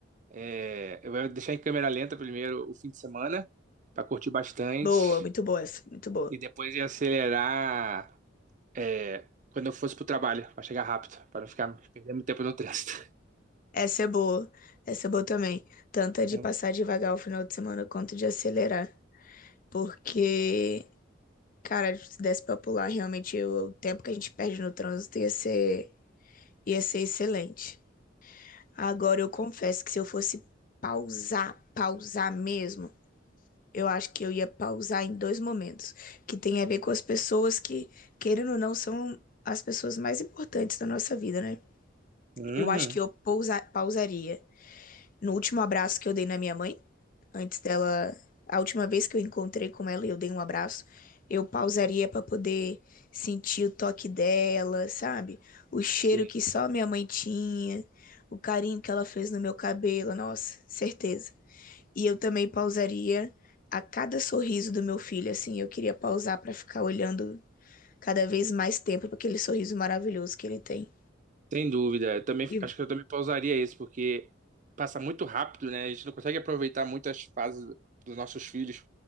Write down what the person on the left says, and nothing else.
Boa, muito boa essa, muito boa.
Essa é boa, essa é boa também. Tanto
é de
passar devagar o final de semana quanto de acelerar. Porque, cara, se desse pra pular, realmente o o tempo que a gente perde no trânsito ia ser, ia ser excelente. Agora, eu confesso que se eu fosse pausar, pausar mesmo, eu acho que eu ia pausar em dois momentos, que tem a ver com as pessoas que, querendo ou não, são as pessoas mais importantes da nossa vida, né?
Eu acho que eu pousa- pausaria No último abraço que eu dei na minha mãe, antes dela, a última vez que eu encontrei com ela e eu dei um abraço, eu pausaria para poder sentir o toque dela, sabe? O cheiro
que só minha mãe tinha, o carinho que ela fez no meu cabelo, nossa, certeza. E eu também pausaria a cada sorriso do meu filho, assim, eu queria pausar para ficar olhando cada vez mais tempo para aquele sorriso maravilhoso que ele tem.
E